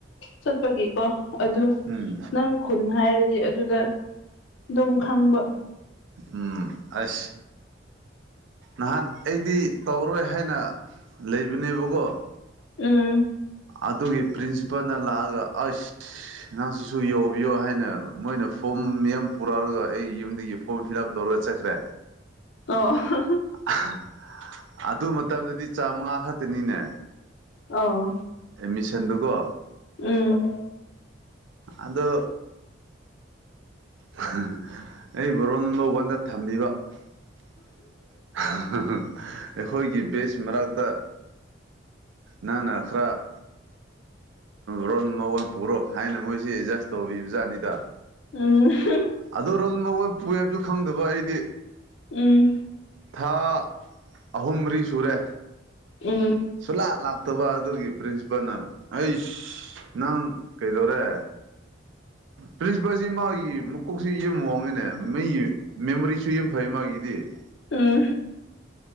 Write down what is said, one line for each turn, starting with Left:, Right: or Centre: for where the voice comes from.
Left: ꯆꯠꯄꯒꯤꯀꯣ ꯑꯗꯨ
Right: ꯎꯝ
Left: ꯅꯪ ꯈꯨꯟ ꯍꯥꯏꯔꯗꯤ ꯑꯗꯨꯗ ꯑꯗꯨꯝ ꯈꯪꯕ
Right: ꯎꯝ ꯑꯁ ꯅꯥꯍꯟ ꯑꯩꯗꯤ ꯇꯧꯔꯔꯣꯏ ꯍꯥꯏꯅ ꯂꯩꯕꯅꯦꯕꯀꯣ
Left: ꯎꯝ
Right: ꯑꯗꯨꯒꯤ ꯄ꯭ꯔꯤꯟꯁꯤꯄꯥꯜꯅ ꯂꯥꯛꯑꯒ ꯑꯁ ꯅꯪ ꯁꯤꯁꯨ ꯌꯥꯎ ꯕꯤꯌꯣ ꯍꯥꯏꯅ ꯃꯣꯏꯅ ꯐꯣꯝ ꯃꯤꯌꯥꯝ ꯄꯨꯔꯛꯑꯒ ꯑꯩ ꯌꯨꯝꯗꯒꯤ ꯐꯣꯝ ꯐꯤꯂꯞ ꯇꯧꯔꯒ ꯆꯠꯈ꯭ꯔꯦ
Left: ꯑꯣ <unintelligible>
Right: <unintelligible> ꯑꯗꯨ ꯃꯇꯝꯗꯗꯤ ꯆꯥꯝꯉꯥ ꯈꯇꯅꯤꯅꯦ
Left: ꯑꯧ
Right: ꯑꯦꯠꯃꯤꯁꯟꯗꫭꯀꯣ
Left: ꯎꯝ
Right: ꯑꯗꯣ <unintelligible> ꯑꯩꯕꯨ ꯔꫭꯜ ꯅꯝꯕꯔ ꯋꯥꯟꯗ ꯊꯝꯕꯤꯕ <unintelligible> ꯑꯩꯈꯣꯏꯒꯤ ꯕꯦꯁ ꯃꯔꯛꯇ ꯅꯪꯅ ꯈꯔ <unintelligible> ꯔꫭꯜ ꯅꯝꯕꯔ ꯋꯥꯟ ꯄꯨꯔꯣ ꯍꯥꯏꯅ ꯃꯣꯏꯁꯦ ꯑꯦꯠꯖꯁ ꯇꯧꯕꯤꯕꯖꯥꯠꯅꯤꯗ
Left: ꯎꯝ
Right: ꯑꯗꯨꯔꯣ ꯔꫭꯜ ꯅꯝꯕꯔ ꯋꯥꯟ ꯄꯨꯏ ꯍꯥꯏꯕꯁꯨ ꯈꯪꯗꯕ ꯑꯩꯗꯤ
Left: ꯎꯝ
Right: ꯊꯥ ꯑꯍꯨꯝ ꯃꯔꯤ ꯁꯨꯔꯦ
Left: ꯎꯝ
Right: ꯁꯨꯂꯥꯛ ꯂꯥꯛ ꯇꯕ ꯑꯗꯨꯒꯤ ꯄ꯭ꯔꯤꯟꯁꯤꯄꯥꯜꯅ ꯑꯩꯁ ꯅꯪ ꯀꯩꯗꯧꯔꯦ ꯄ꯭ꯔꯤꯟꯁꯤꯄꯥꯜꯁꯤ ꯃꯥꯒꯤ ꯃꯀꯣꯛꯁꯤ ꯌꯨꯝ <unintelligible> ꯃꯤ ꯃꯦꯃꯣꯔꯤꯁꯨ ꯌꯥꯝ ꯐꯩ ꯃꯥꯒꯤ UNINTELLIGIBLE
Left: INAUDIBLE